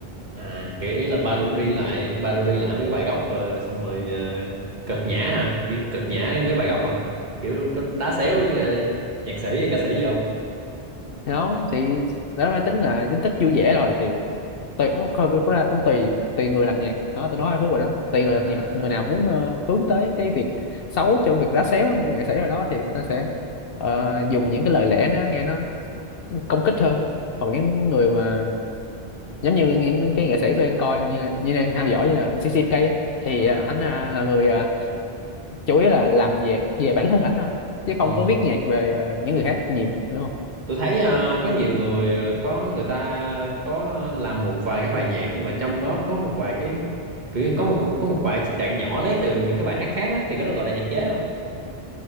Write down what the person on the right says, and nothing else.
à kiểu ý là parody lại parody lại mấy cái bài gốc ờ, xong rồi ờ, cợt nhã hả kiểu cợt nhã mấy bài gốc hả kiểu có đá xéo về nhạc sĩ hay ca sĩ gì không
à
ờ
ờ
tôi thấy ờ, có nhiều người ờ, có người ta có làm một vài cái bài nhạc nhưng mà trong đó có một vài cái kiểu như có một có một vài trích đoạn nhỏ lấy từ những cái bài hát khác á, thì cái đó gọi là nhạc chế không